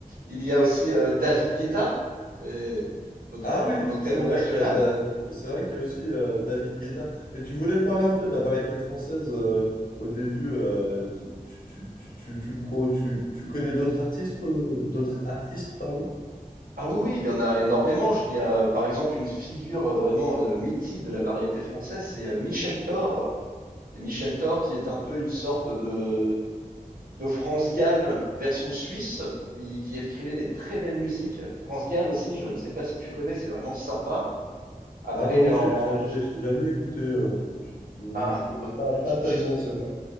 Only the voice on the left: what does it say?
Ah oui,
c'est
vrai
qu'il y a Da- c'est vrai qu'il y a aussi euh, David Guetta. Mais tu voulais me parler un peu de la variété française euh, au début. euh, tu, tu, tu, tu, tu, tu me pro- tu- tu connais d'autres artistes, euh, d'autres artistes, pardon?
Ah non,
j'ai jamais,
j'ai jamais écouté. euh, je, non,
je connais
pas, pas
tellement,
c'est vrai.